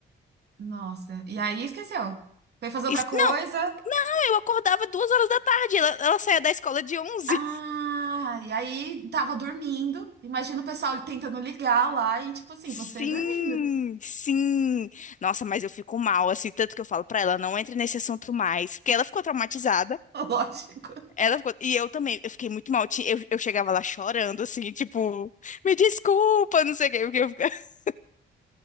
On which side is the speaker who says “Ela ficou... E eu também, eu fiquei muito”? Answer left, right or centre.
Left